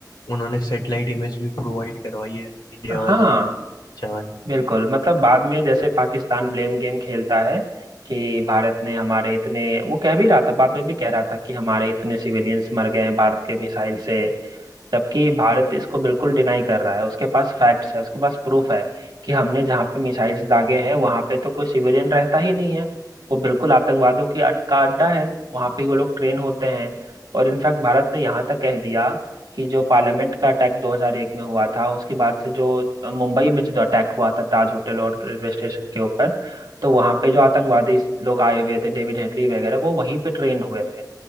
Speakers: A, on the left; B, on the right.
A: उन्होंने सैटेलाइट इमेज भी प्रोवाइड करवाई है इंडिया वालों
B: हाँ
A: ने चांद
B: बिल्कुल मतलब बाद में जैसे पाकिस्तान ब्लेम गेम खेलता है कि भारत ने हमारे इतने वो कह भी रहा था बाद में भी कह रहा था कि हमारे इतने सिविलियंस मर गए हैं भारत के मिसाइल से जबकि भारत इसको बिल्कुल डिनाई कर रहा है उसके पास फैक्ट्स है उसके पास प्रूफ है कि हमने जहाँ पे मिसाइल्स दागे हैं वहां पे तो कोई सिविलियन रहता ही नहीं है वो बिल्कुल आतंकवादियों की अड, का अड्डा है वहां पे ही वो लोग ट्रेन होते हैं और इनफैक्ट भारत ने यहाँ तक कह दिया कि जो पार्लियामेंट का अटैक 2001 में हुआ था उसके बाद से जो अ, मुंबई में जो अटैक हुआ था ताज होटल और रेलवे स्टेशन के ऊपर तो वहां पे जो आतंकवादी लोग आए हुए थे डेविड हेडली वगैरह वो वहीं पे ट्रेंड हुए थे